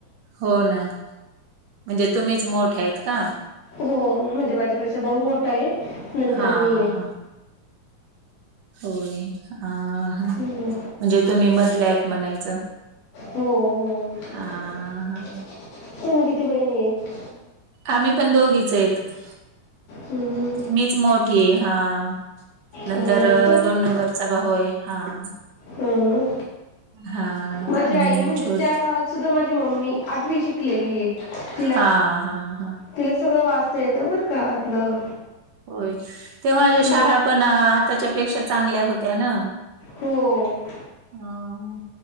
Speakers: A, on the right; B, on the left.
A: हो नां म्हणजे तुम्हीचं मोठ्यां आहेंत कां?
B: हो म्हणजे माझ्यां पेक्षा भाऊ मोठा आहे नंतर
A: हां,
B: मी आहे.
A: हां. होय अं म्हणजे
B: हम्म.
A: तुम्हीं मधल्यां आहेंत म्हणायचं.
B: हो हो तुम्हीं
A: हां, हां.
B: किती बहिणी आहेतं
A: आम्हीं पणं दोघींचं आहेंतं.
B: हम्म.
A: मीचं मोठीये हां नंतर
B: अं,
A: दोन नंबरचा भाऊ आहे हां.
B: हम्मं.
A: हां.
B: माझी
A: आणि
B: आई म्हणजे
A: छोट
B: त्यां काळांत सुद्धां माझी मम्मी आंठवी शिक शिकलेली आहे
A: हां, हां, हां.
B: तिला सगळं वाचतां येतं बरं कां आपलं
A: होयं तेंव्हांच्या
B: हम्म.
A: शाळां पणं आतांच्या शाळे पेक्षा चांगल्या होत्यां नां.
B: हो.
A: हां मं